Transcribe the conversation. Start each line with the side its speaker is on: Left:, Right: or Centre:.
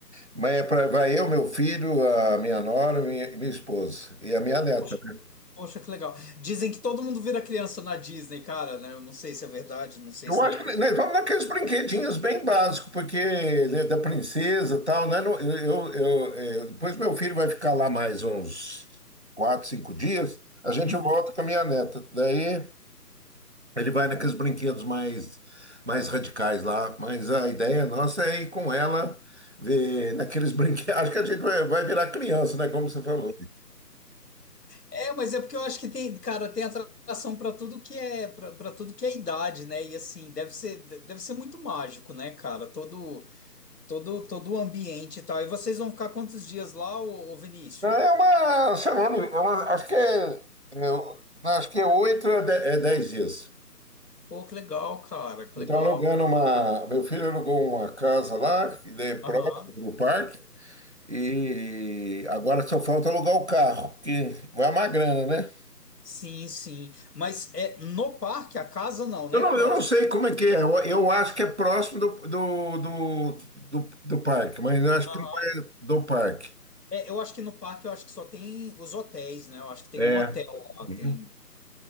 Right: Mas é pra, vai eu, meu filho, a minha nora, minha, minha esposa e a minha neta,
Left: Poxa,
Right: né?
Left: Poxa, que legal. Dizem que todo mundo vira criança na Disney, cara, né? Eu não sei se é verdade, não sei
Right: Eu
Left: se
Right: acho
Left: não é porque...
Right: que nós vamos naqueles brinquedinhos bem básicos, porque ele é da princesa e tal, né? Não- Eu, eu, eu- eu- depois meu filho vai ficar lá mais uns quatro, cinco dias, a gente
Left: Uhum.
Right: volta com a minha neta. Daí. Ele vai naqueles brinquedos mais, mais radicais lá, mas a ideia nossa é ir com ela ver naqueles brinquedos. <laughs> Acho que a gente vai, vai virar criança, né? Como você falou.
Left: É, mas é porque eu acho que tem, cara, tem atração pra tudo que é, para tudo que é idade, né? E assim, deve ser, de- deve ser muito mágico, né, cara? Todo, todo, todo o ambiente e tal. E vocês vão ficar quantos dias lá, ô, ô Vinícius?
Right: Não, É uma semana, é uma- acho que é, eu- acho que é oito a de- é dez dias.
Left: Pô, que legal, cara, que
Right: Então
Left: legal.
Right: alugando uma, meu filho alugou uma casa lá, que é próximo
Left: Aham.
Right: do parque, e agora só falta alugar o carro, que vai uma grana, né?
Left: Sim, sim. Mas é no parque, a casa não, né?
Right: Eu não,
Left: Próximo.
Right: eu não sei como é que é. Eu, eu acho que é próximo do, do, do, do, do parque, mas eu acho
Left: Aham.
Right: que não é do parque.
Left: É, eu acho que no parque eu acho que só tem os hotéis, né? Eu acho que tem
Right: É.
Left: um hotel lá,
Right: Uhum.
Left: tem.